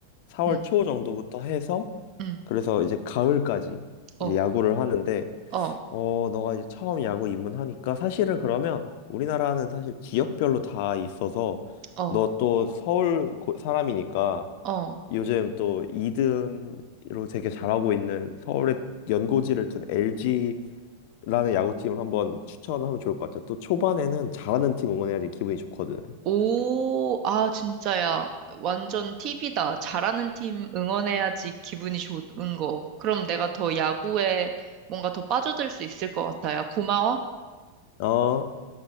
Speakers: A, on the left; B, on the right.
A: 4월
B: 응,
A: 초 정도부터 해서
B: 응,
A: 그래서 이제 가을까지
B: 어.
A: 이제 야구를 하는데
B: 어.
A: 어 너가 이제 처음 야구 입문하니까 사실은 그러면 우리나라는 사실 지역별로 다 있어서
B: 어,
A: 너 또 서울 고- 사람이니까
B: 어.
A: 요즘 또 2등으로 되게 잘하고 있는 서울의 연고지를 둔 LG라는 야구팀을 한번 추천하면 좋을 것 같아. 또 초반에는 잘하는 팀 응원해야지 기분이 좋거든.
B: 오, 아, 진짜야. 완전 팁이다. 잘하는 팀 응원해야지 기분이 좋은 거. 그럼 내가 더 야구에 뭔가 더 빠져들 수 있을 것 같아요. 고마워.
A: 어.